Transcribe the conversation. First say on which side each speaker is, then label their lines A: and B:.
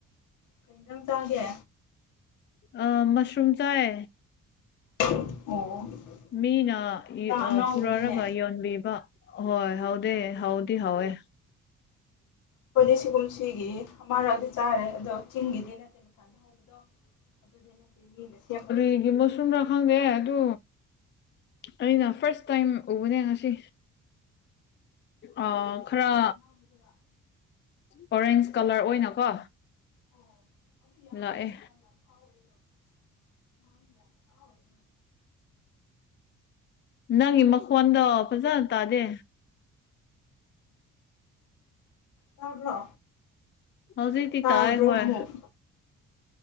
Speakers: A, on the left; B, on the left.
A: ꯀꯩ ꯑꯦꯟꯁꯥꯡ ꯆꯥꯒꯦ
B: ꯑ ꯃꯁꯔꯨꯝ ꯆꯥꯏ
A: ꯑꯣ
B: ꯃꯤꯅ
A: ꯏꯟꯖꯥꯡ
B: ꯏꯑꯥ
A: ꯑꯅꯥꯎꯕꯅꯤꯅꯦ
B: ꯄꯨꯔꯔꯒ ꯌꯣꯟꯕꯤꯕ ꯍꯣꯏ ꯍꯧꯗꯦ ꯍꯧꯗꯤ ꯍꯧꯋꯦ
A: ꯑꯈꯣꯏꯗꯤ ꯁꯤꯒꯨꯝ ꯁꯤꯒꯤ ꯑꯃꯔꯛꯗꯤ ꯆꯥꯔꯦ ꯑꯗꯣ ꯆꯤꯡꯒꯤꯗꯤ ꯅꯠꯇꯦ ꯃꯊꯟꯗ ꯍꯧꯕꯗꯣ ꯑꯗꯨꯗꯤ ꯅꯠꯇꯦ ꯃꯤꯅꯥ ꯁꯦꯝꯕꯗꯣ
B: ꯀꯔꯤꯒꯤ ꯃꯩꯁꯔꯨꯝꯔꯥ ꯈꯪꯉꯦ ꯑꯗꯨ ꯑꯩꯅ ꯐꯥꯔꯁ ꯇꯥꯏꯝ ꯎꯕꯅꯦ ꯉꯁꯤ
A: ꯑꯉꯥꯡꯕꯗꯨꯔꯥ
B: ꯑꯥ ꯈꯔ
A: ꯑꯉꯥꯡꯕꯗꯨꯔꯥ
B: ꯑꯣꯔꯦꯟꯖ ꯀꯂꯔ ꯑꯣꯏꯅꯀꯣ
A: ꯑꯣ ꯑꯗꯨ ꯌꯥꯝ
B: ꯂꯥꯛꯑꯦ
A: ꯍꯧꯖꯤꯛꯀꯥꯟ ꯌꯥꯝ ꯐꯥꯎꯋꯦꯗꯣ ꯃꯥ ꯌꯥꯝ ꯐꯤꯎꯋꯦ
B: ꯅꯪꯒꯤ ꯃꯈꯣꯟꯗꯣ ꯐꯖꯅ ꯇꯥꯗꯦ
A: ꯇꯥꯕ꯭ꯔꯣ
B: ꯍꯧꯖꯤꯛꯇꯤ
A: ꯇꯥꯔꯕ꯭ꯔꯣ
B: ꯇꯥꯏ ꯍꯣꯏ
A: ꯑꯃꯨꯛ